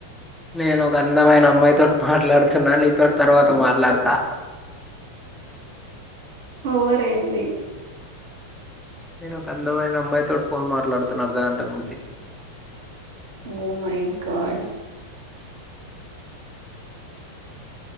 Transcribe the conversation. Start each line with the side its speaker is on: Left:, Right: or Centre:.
Centre: నేను ఒక అందమైన అమ్మాయితోటి మాట్లాడుతున్నా నీతోటి తర్వాత మాట్లాడతా
Right: ఒవారెంది
Centre: నేను ఒక అందమైన అమ్మాయి తోటి ఫోన్ మాట్లాడుతున్నా అర్ధ గంట నుంచి
Right: ఓ మై గాడ్